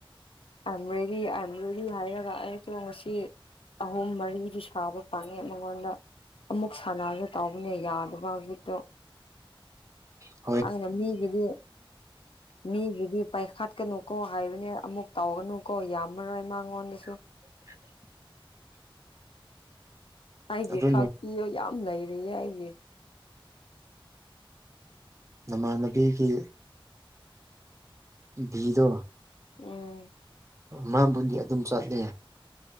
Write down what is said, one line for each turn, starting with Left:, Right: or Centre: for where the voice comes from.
Left: ꯑꯕ꯭ꯔꯣꯏꯔꯤ ꯑꯕ꯭ꯔꯣꯏꯔꯤ ꯍꯥꯏꯔꯒ ꯑꯩꯁꯨꯣ ꯉꯁꯤ ꯑꯍꯨꯝ ꯃꯔꯤꯗꯤ ꯁꯥꯕ ꯄꯥꯉꯦ ꯃꯉꯣꯟꯗ ꯑꯃꯨꯛ ꯁꯥꯟꯅꯔꯒꯦ ꯇꯧꯕꯅꯦ ꯌꯥꯗꯕ ꯍꯧꯖꯤꯛꯇꯣ
Right: ꯎ
Left: ꯑꯩꯅ ꯃꯤꯒꯗꯤ ꯃꯤꯒꯤꯗꯤ ꯄꯥꯏꯈꯠꯀꯅꯨ ꯀꯣ ꯍꯥꯏꯕꯅꯦ ꯑꯃꯨꯛ ꯇꯧꯒꯅꯨ ꯀꯣ ꯌꯥꯝꯃꯔꯣꯏ ꯃꯉꯣꯟꯗꯁꯨ
Right: <unintelligible>
Left: ꯑꯩꯗꯤ
Right: ꯑꯗꯨ
Left: ꯈꯥꯛꯄꯤꯌꯣ ꯌꯥꯝ ꯂꯩꯔꯤꯌꯦ ꯑꯩꯁ
Right: ꯅꯃꯥꯟꯅꯕꯤꯒꯤ ꯚꯤꯗꯣ
Left: ꯎꯝ
Right: ꯃꯥꯕꯨꯗꯤ ꯑꯗꯨꯝ ꯆꯠꯂꯦ